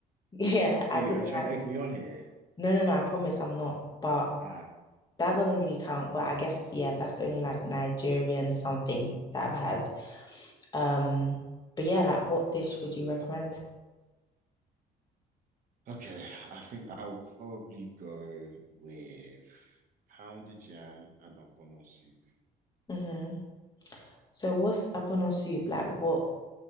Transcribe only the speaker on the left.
Yeah,
I didn't
like.
No, no, no. I promise I'm not. But
that doesn't really count, but I guess yeah, that's the only like Nigerian something that I've had. Um, but yeah, like what dish would you recommend?
Mm-hmm. So what's abono soup? Like what